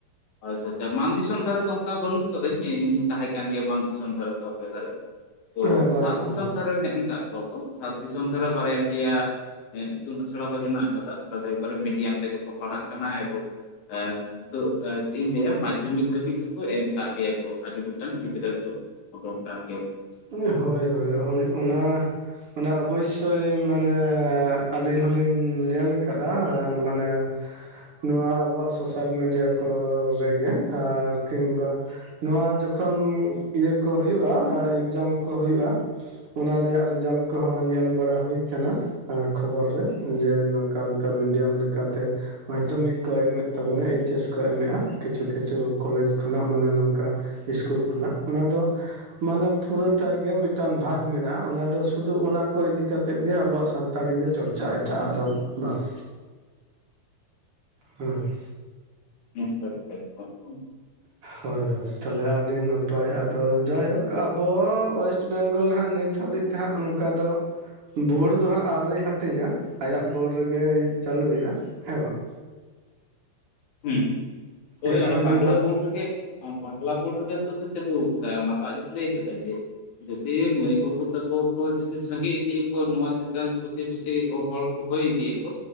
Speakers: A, on the left (about 55°); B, on the right (about 45°).
A: ᱦᱚᱭ ᱥᱮ ᱟᱪᱪᱷᱟ ᱢᱟᱱ ᱫᱤᱥᱚᱢ ᱫᱷᱟᱨᱮ ᱫᱚ ᱚᱱᱠᱟ ᱵᱟᱹᱱᱩᱜ ᱠᱟᱹᱫᱟᱹᱧ ᱤᱧᱤᱧ ᱛᱟᱦᱮᱸ ᱠᱟᱱ ᱜᱮᱭᱟ ᱢᱟᱱ ᱫᱤᱥᱚᱢ ᱫᱷᱟᱨᱮ ᱫᱚ ᱟᱯᱮ ᱫᱷᱟᱨᱮ᱾ ᱛᱚ
B: ᱦᱮᱸ ᱵᱟᱹᱱᱩᱜᱼᱟ
A: ᱥᱟᱛ ᱫᱤᱥᱚᱢ
B: ᱵᱟᱹᱱᱩᱜᱼᱟ
A: ᱫᱷᱟᱨᱮ ᱦᱮᱸ ᱮᱢ ᱠᱟᱜ ᱠᱚᱣᱟ ᱠᱚ ᱥᱟᱛ ᱫᱤᱥᱚᱢ ᱫᱷᱟᱨᱮ ᱵᱟᱨᱭᱟ ᱯᱮᱭᱟᱼᱼ ᱦᱮᱸ ᱤᱛᱩᱱ ᱟᱥᱲᱟ ᱫᱚ ᱦᱮᱱᱟᱜ ᱟᱠᱟᱫᱟ ᱚᱱᱠ‌ᱟ ᱫᱚ ᱮᱠᱵᱟᱨᱮ ᱢᱤᱰᱤᱭᱟᱢ ᱛᱮᱜᱮ ᱠᱚ ᱯᱟᱲᱦᱟᱜ ᱠᱟᱱᱟ ᱮᱵᱚᱼᱼ ᱦᱮᱸ ᱱᱤᱛᱩᱜᱼ ᱚᱻ ᱪᱮᱜ ᱤᱧ ᱞᱟᱹᱭᱟ ᱢᱟᱫᱽᱫᱷᱚᱢᱤᱠ ᱫᱷᱟᱹᱵᱤᱡ ᱪᱮᱠᱚ ᱮᱢ ᱠᱟᱜ ᱜᱮᱭᱟ ᱠᱚ ᱟᱰᱤ ᱜᱚᱴᱟᱝ ᱜᱤᱫᱽᱨᱟᱹ ᱠᱚ᱾ ᱚᱰᱚᱠ ᱠᱟᱱ ᱜᱮᱼᱼ
B: ᱩᱸ ᱦᱳᱭ ᱦᱳᱭ ᱦᱳᱭ ᱚᱱᱟᱼᱼ ᱚᱱᱟ ᱚᱵᱚᱭᱥᱥᱚᱭ ᱢᱟᱱᱮ ᱟᱹᱞᱤᱧ ᱦᱚᱞᱤᱧ ᱧᱮᱞ ᱠᱟᱫ-ᱟ ᱢᱟᱱᱮᱼᱼ ᱱᱚᱣᱟ ᱟᱵᱚᱣᱟᱜ ᱥᱳᱥᱟᱞ ᱢᱤᱰᱤᱭᱟ ᱠᱚ ᱨᱮᱜᱮ ᱟᱨ ᱠᱤᱝᱵᱟᱼᱼ ᱱᱚᱣᱟ ᱡᱚᱠᱷᱚᱱ ᱤᱭᱟᱹ ᱠᱚ ᱦᱩᱭᱩᱜ-ᱟ ᱮᱠᱡᱼᱼ ᱟᱢ ᱠᱚ ᱦᱩᱭᱩᱜ-ᱟ ᱚᱱᱟ ᱨᱮᱭᱟᱜ ᱨᱮᱡᱟᱞᱴ ᱠᱚᱦᱚᱸ ᱧᱮᱞ ᱵᱟᱲᱟ ᱦᱩᱭ ᱠᱟᱱᱟ᱾ ᱟᱸᱻ ᱠᱷᱚᱵᱚᱨ ᱨᱮ ᱡᱮ ᱱᱚᱝᱠᱟ ᱚᱱᱠᱟ ᱢᱤᱰᱤᱭᱟᱢ ᱞᱮᱠᱟ ᱛᱮᱼ ᱢᱟᱫᱽᱫᱷᱚᱢᱤᱠ ᱠᱚ ᱮᱢᱮᱜ ᱛᱟᱵᱚᱱᱟ ᱮᱭᱤᱪᱮᱥ ᱠᱚ ᱮᱢᱮᱜ-ᱟ ᱠᱤᱪᱷᱩ ᱠᱤᱪᱷᱩ ᱠᱚᱞᱮᱡᱽ ᱠᱷᱚᱱᱟᱜ ᱢᱟᱱᱮ ᱱᱚᱝᱠᱟᱼᱼ ᱤᱥᱠᱩᱞ ᱠᱷᱚᱱᱟᱜ ᱚᱱᱟ ᱫᱚ ᱢᱟᱱᱮᱼᱼ ᱯᱩᱨᱟᱹ ᱴᱟᱜ ᱜᱮ ᱢᱤᱫᱴᱟᱝ ᱵᱷᱟᱜᱽ ᱢᱮᱱᱟᱜ-ᱟ ᱚᱱᱟ ᱫᱚ ᱥᱩᱫᱩ ᱚᱱᱟ ᱠᱚ ᱤᱫᱤ ᱠᱟᱛᱮᱫ ᱜᱮ ᱟᱵᱚᱣᱟᱜ ᱥᱟᱱᱼ ᱛᱟᱲᱤ ᱜᱮ ᱪᱚᱨᱪᱟᱜ-ᱟ ᱮᱴᱟᱜ ᱟᱜ ᱫᱚ ᱵᱟᱝ, ᱦᱩᱸ᱾
A: <unintelligible> ᱦᱩᱸ
B: ᱦᱚᱭ ᱦᱚᱭ ᱛᱟᱦᱚᱞᱮ ᱟᱹᱰᱤ ᱱᱟᱯᱟᱭ ᱟᱫᱚ ᱡᱟᱭᱦᱳᱠ ᱟᱵᱚ ᱣᱮᱥᱴ ᱵᱮᱝᱜᱚᱞ ᱨᱮᱦᱟᱸᱜ ᱱᱤᱛᱼᱼ ᱦᱟᱹᱵᱤᱡ ᱛᱮᱦᱟᱸᱜ ᱚᱱᱠᱟ ᱫᱚᱼ ᱵᱩᱲ ᱫᱚ ᱦᱟᱸᱜ ᱟᱣᱨᱤᱭ ᱦᱟᱴᱤᱧᱟ ᱟᱭᱟᱜ ᱵᱩᱲ ᱨᱮᱜᱮᱭ ᱪᱟᱹᱞᱩ ᱭᱟ ᱦᱮᱸ ᱵᱟᱝ᱾
A: ᱦᱩᱸ ᱦᱳᱭ
B: ᱮᱠᱟᱰᱮᱢᱤ
A: ᱚᱱᱟ ᱵᱟᱝᱜᱽᱞᱟ
B: ᱫᱚ
A: ᱵᱳᱰ ᱨᱮᱜᱮᱼᱼ ᱟᱸᱻ ᱵᱟᱝᱜᱽᱞᱟ ᱵᱳᱨᱰ ᱨᱮᱜᱮ ᱱᱤᱛᱚᱜ ᱫᱚ ᱪᱟᱹᱞᱩᱣ ᱠᱟᱫᱟᱭ ᱚᱱᱟ ᱴᱟᱜ ᱟᱡᱮᱫ ᱞᱟᱹᱭ ᱟᱠᱟ ᱫᱟᱭ ᱡᱮᱼᱼ ᱡᱩᱫᱤ ᱢᱟᱹᱭ ᱵᱟᱹᱵᱩ ᱛᱟᱠᱚ ᱠᱚ ᱡᱩᱫᱤ ᱥᱟᱸᱜᱮ ᱤᱫᱤ ᱟᱠᱚ ᱱᱚᱣᱟ ᱪᱮᱛᱟᱱ ᱯᱨᱚᱛᱤ ᱵᱤᱥᱚᱭ ᱳᱼᱼ ᱦᱚᱲ‌ ᱠᱚ ᱦᱩᱭ ᱤᱫᱤᱜ ᱟᱠᱚ